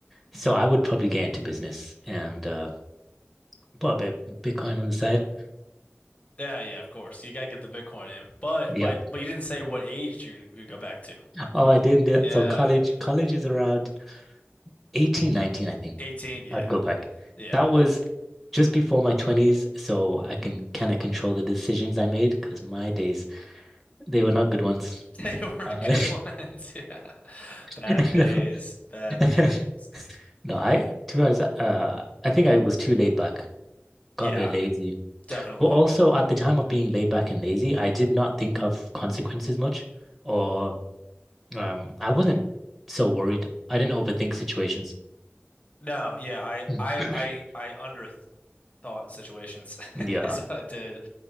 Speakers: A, in the centre; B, on the left.
A: So I would probably get into business and uh put a bit of Bitcoin on the side.
B: Yeah, yeah, of course you gotta get the Bitcoin in, but
A: Yeah.
B: but but you didn't say what age you're gonna you go back to.
A: Oh, I didn't do that.
B: Yeah,
A: So college, college is around 18, 19, I think.
B: 18, yeah.
A: I'd go back.
B: Yeah,
A: That was just before my 20s, so I can kind of control the decisions I made because my days, they were not good ones.
B: <laughs> they weren't
A: Uh,
B: good ones. <laughs> Yeah.
A: <laughs>
B: Bad days,
A: no,
B: bad
A: <laughs>
B: days.
A: no, I, to be honest, uh, I think I was too laid back, got
B: Yeah,
A: a bit lazy.
B: definitely.
A: But also at the time of being laid back and lazy, I did not think of consequences much, or um, I wasn't so worried. I didn't overthink situations.
B: No, yeah, I
A: <clears throat>
B: I I I underthought situations
A: Yeah.
B: <laughs> is what I did.